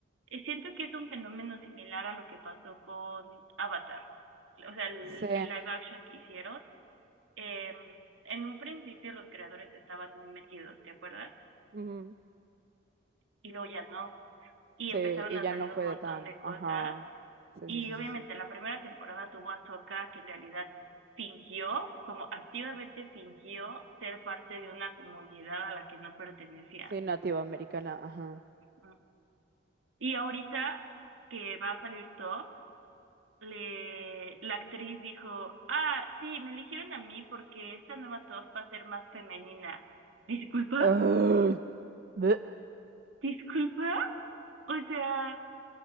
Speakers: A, on the right; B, on the right.
A: Eh, Siento que es un fenómeno similar a lo que pasó con Avatar. O sea, el,
B: Sí.
A: el live action que hicieron. em, en un principio los creadores estaban muy metidos, ¿te acuerdas?
B: ujú,
A: Y luego ya no. y
B: Sí,
A: empezaron
B: y
A: a
B: ya
A: salir
B: no
A: un
B: fue
A: montón
B: de tan.
A: de cosas.
B: Ajá. Sí,
A: Y
B: sí, sí,
A: obviamente
B: sí, sí.
A: la primera temporada tuvo a Sokka, que en realidad fingió, como activamente fingió ser parte de una comunidad a la que no pertenecía.
B: Sí, nativa americana, ajá.
A: ¿no? Y ahorita que va a salir Top, le, la actriz dijo, ah, sí, me eligieron a mí porque esta nueva Top va a ser más femenina. ¿Disculpa?
B: <gasps> Ugh, bleh.
A: ¿Disculpa? O sea,